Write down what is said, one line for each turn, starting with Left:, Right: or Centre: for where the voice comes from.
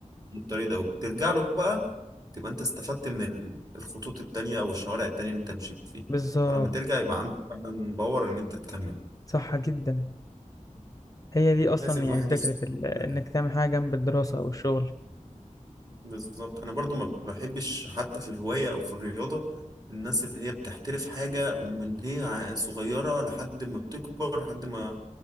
Right: الطريق ده وبترجع له بقى تبقى انت استفدت من ال- الخطوط التانية او الشوارع التانية اللي انت مشيت فيها
Left: بالظبط
Right: فلما ترجع يبقى عندك فعلا باور ان انت تكمل
Left: صح جدا هي دي اصلا
Right: لازم الواحد
Left: يعني فكره
Right: يفصل
Left: ال...
Right: في
Left: انك
Right: كل حاجة
Left: تعمل حاجه جنب الدراسه او الشغل
Right: بالظبط انا برضو ما بحبش حتى في الهواية او في الرياضة الناس اللي هي بتحترف حاجة ومن هي ع- صغيرة لحد ما بتكبر لحد ما